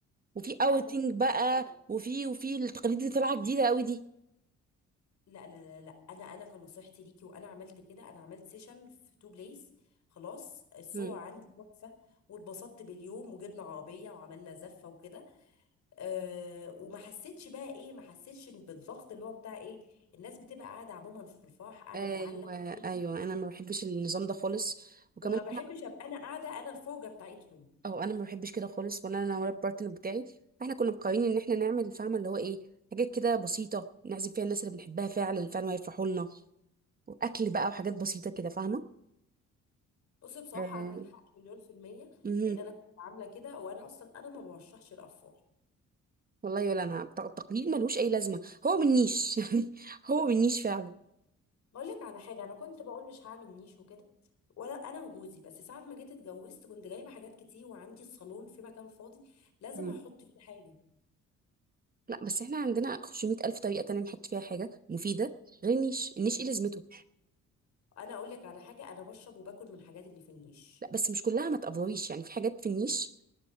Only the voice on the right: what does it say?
وفي
اوتنج
بقى
وفي وفي التقاليد اللي طالعة جديدة قوي دي
امم
ايوه
ايوه انا ما بحبش النظام ده خالص وكمان
او انا ما بحبش كده خالص ولا انا ولا البارتنر بتاعي احنا كنا مقررين ان احنا نعمل فاهمه اللي هو ايه حاجات كده بسيطه نعزم فيها الناس اللي بنحبها فعلا فعلا ويفرحوا لنا واكل بقى وحاجات بسيطه كده فاهمه
آه،
مهم.
والله ولا انا الت- التقليد ملوش اي لازمه هو بالنيش <laughs> يعني هو بالنيش فعلا
مم.
لا بس احنا عندنا 500 الف طريقه تانية نحط فيها حاجه مفيده غير النيش النيش ايه لازمته
لا بس مش كلها ما تقفريش يعني في حاجات في النيش